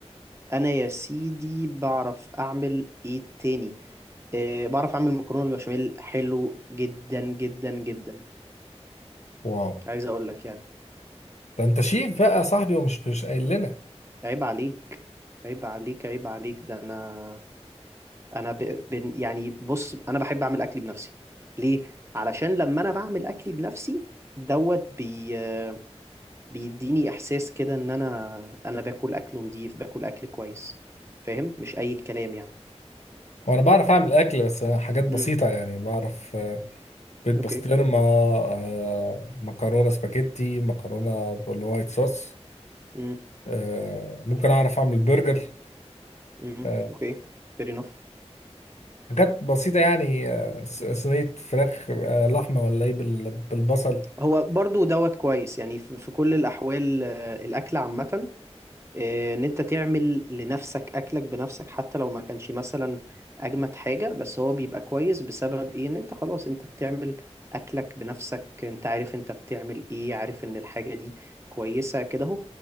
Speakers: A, on the right; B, on the left.
A: انا يا سيدي بعرف اعمل ايه تاني أه بعرف اعمل مكرونه بالبشاميل حلو جدا جدا جدا
B: واو
A: عايز اقول لك يعني
B: ده انت شيف بقى يا صاحبي ومش مش قايل لنا
A: عيب عليك عيب عليك عيب عليك ده انا انا ب... بن- يعني بص انا بحب اعمل اكلي بنفسي ليه علشان لما انا بعمل اكلي بنفسي دوت بي... آه، بيديني احساس كده ان انا انا باكل اكل نظيف باكل اكل كويس فاهم مش اي كلام يعني
B: هو انا بعرف اعمل اكل بس حاجات بسيطه
A: امم
B: يعني بعرف آه، بيض بسطرمه
A: اوكي
B: آه، مكرونه سباجيتي مكرونه بالوايت صوص
A: امم
B: آه، ممكن اعرف اعمل برجر
A: امم
B: آه،
A: اوكي fair enough
B: حاجات بسيطة يعني آه، ص- صينية فراخ آه، لحمة ولا ايه بال- بالبصل
A: هو برضو دوت كويس يعني في في كل الأحوال آه، الأكل عامة آه، إن أنت تعمل لنفسك أكلك بنفسك حتى لو ما كانش مثلا أجمد حاجة بس هو بيبقى كويس بسبب إيه إن أنت خلاص أنت بتعمل أكلك بنفسك أنت عارف أنت بتعمل إيه عارف إن الحاجة دي كويسة كده أهو